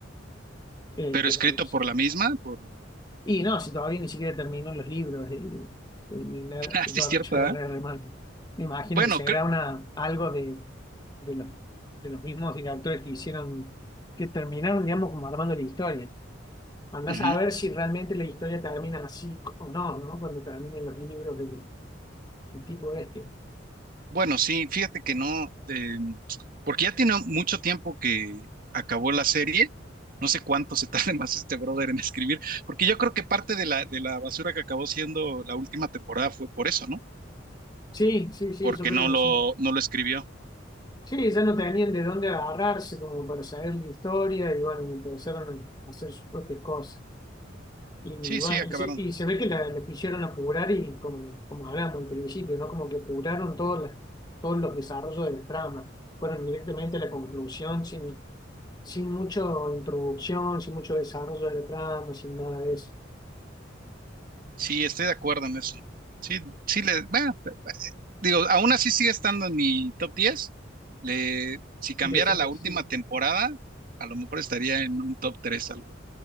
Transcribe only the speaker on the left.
eh,
pero
no sé.
Y no, si todavía ni siquiera terminó los libros el, el- el
George
R.
R. Martin. Me imagino
que será
una, algo de de los, de los mismos directores que hicieron, que terminaron, digamos, como armando la historia. Andás
a ver si realmente la historia termina así o no, ¿no? Cuando terminan los libros del, del tipo este.
Sí, sí, sí,
yo creo
que
sí.
Sí, ya no tenían de dónde agarrarse como para saber la historia y bueno, empezaron a hacer sus propias cosas. Y
bueno,
y se, y se ve que la, la pusieron a apurar y como, como hablábamos al principio, ¿no? Como que apuraron todos, las- todos los desarrollos de la trama. Fueron directamente a la conclusión sin, sin mucha introducción, sin mucho desarrollo de la trama, sin nada de eso.
De series.